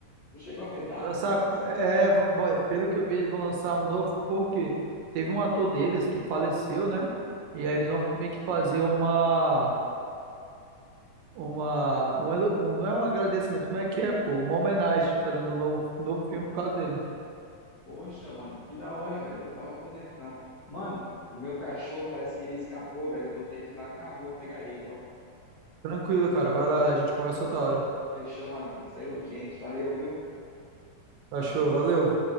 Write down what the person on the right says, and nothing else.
Vai Lançar,
é, vão- vai- pelo que eu vi, eles vão lançar um novo, porque teve um ator deles que faleceu, né? E aí eles vão meio que fazer uma, uma, um, elo- um- não é um agradecimento, como é que é, pô? Uma homenagem, fazendo um novo, um novo filme por causa dele.
Tranquilo, cara, vai lá, a gente conversa outra hora.
Achou, valeu.